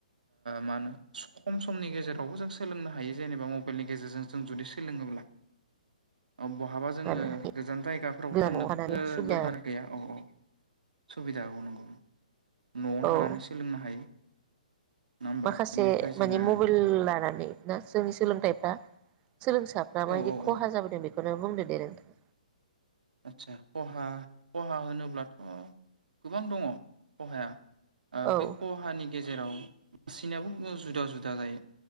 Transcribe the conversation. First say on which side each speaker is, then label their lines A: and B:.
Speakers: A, on the right; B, on the right.
A: मा होनो खम समनि गेजेरावबो जों सोलोंनो हायो जेनेबा मबाइलनि गेजेरजों जों जुदि सोलोङोब्ला औ बहाबा जोङो
B: आरो
A: गोजान जायगाफोराव
B: गोदानाव
A: थांनोबो
B: थानानै सुबिदा
A: दरखार गैया औ औ सुबिदा अ नंगौ न'आवनो
B: औ
A: थानानै सोलोंनो हायो नङा होमबा
B: माखासे
A: बेनिफ्राय जोङो
B: माने मबाइल लानानै ना जोंनि सोलोंथाइफ्रा सोलोंसाफ्रा माबायदि
A: औ औ
B: खहा
A: औ
B: जाबोदों बेखौ नों बुंदों दे नोंथां
A: आतसा खहा खहा होनोब्लाथ' गोबां दङ खहाया आ
B: औ
A: बे खहानि गेज जेराव सिनायाबो जुदा जुदा जायो